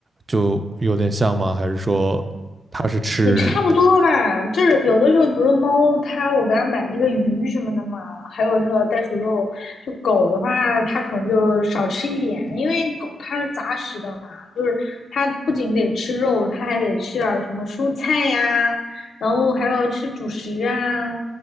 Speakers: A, on the right; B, on the left.
A: 就有点像吗？还是说它是吃？
B: 也差不多吧。就是有的时候，比如猫，它我给它买那个鱼什么的嘛，还有那个袋鼠肉。就狗的话，它可能就少吃一点，因为狗它是杂食的嘛，就是它不仅得吃肉，它还得吃点儿什么蔬菜呀，然后还要吃主食啊，